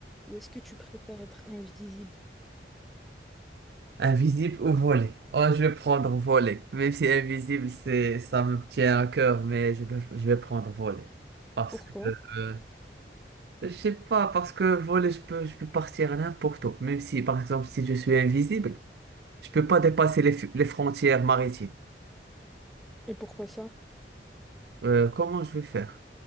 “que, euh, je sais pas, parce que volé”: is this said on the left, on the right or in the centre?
Right